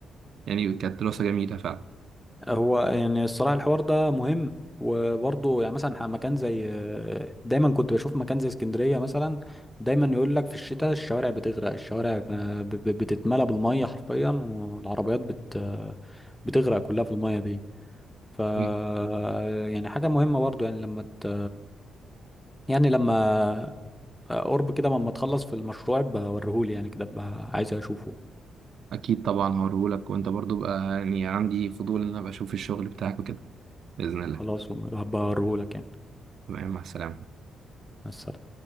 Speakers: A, on the right (about 60°); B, in the centre.
A: يعني كانت دراسة جميلة فعلا
B: هو يعني الصراحه الحوار ده مهم وبرضه يعني مثلا مكان زي آه، دايما كنت بشوف مكان زي اسكندريه مثلا دايما يقول لك في الشتاء الشوارع بتغرق الشوارع ب- ب- بتتملى بالميه حرفيا والعربيات بت آه، بتغرق كلها في الميه دي ف آه،
A: مم.
B: يعني حاجه مهمه برضه يعني لما ت... يعني لما قرب كده ما تخلص في المشروع بوريهولي يعني كده بقى عايز اشوفه
A: أكيد طبعا هوريهولك وأنت برضو بقى يعني عندي فضول إن أنا أبقى أشوف الشغل بتاعك وكده بإذن الله
B: خلاص هبقى اوريهولك يعني
A: تمام مع السلامة
B: مع السلامة